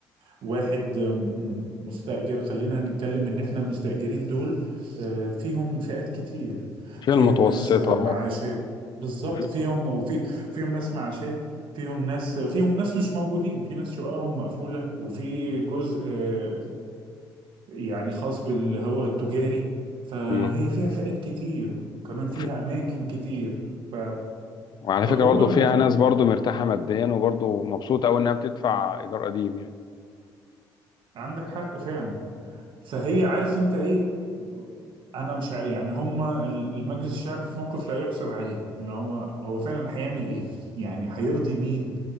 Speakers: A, on the right; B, on the left.
A: واحد آم، مستأجر خلينا نتكلم إن إحنا المستأجرين دول آه، فيهم فئات كتير
B: فيها
A: فيهم
B: المتوسطه
A: ناس آه، معاشات بالظبط
B: وفي...
A: فيهم وفي فيهم ناس معاشات فيهم ناس فيهم ناس مش موجودين في ناس شققهم مقفولة وفي جزء آه، يعني خاص بالهواء التجاري فهي
B: مم.
A: فيها فئات كتير وكمان
B: وفي...
A: فيها أماكن كتير ف...
B: وعلى
A: فهو
B: فكره برضه
A: الموضوع
B: فيها ناس برضه مرتاحه ماديا وبرضه مبسوطه قوي انها بتدفع ايجار قديم يعني
A: عندك حق فعلا فهي عارف انت ايه انا مش ع- يعني هما ال- المجلس الشعبي في موقف لا يحسب عليه ان هو هو فعلا هيعمل ايه يعني هيرضي مين